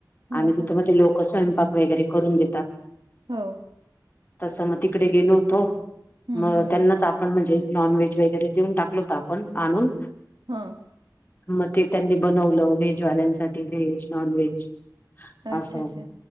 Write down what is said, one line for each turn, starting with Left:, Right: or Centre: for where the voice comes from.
Right: हां,
Left: आणि तिथं
Right: हां.
Left: मग ते लोक स्वयंपाक वगैरे करून देतात.
Right: हो,
Left: तसं मग तिकडे गेलो होतो.
Right: हं,
Left: मगं
Right: हं.
Left: त्यांनाच आपणं म्हणजे नॉन व्हेज वगैरें देऊंन टाकलो होतं आपणं आणूंन.
Right: हां.
Left: मगं ते त्यांनी बनवलं व्हेजवाल्यांसाठी व्हेज नॉन व्हेज.
Right: अच्छा,
Left: असंछा
Right: अच्छा.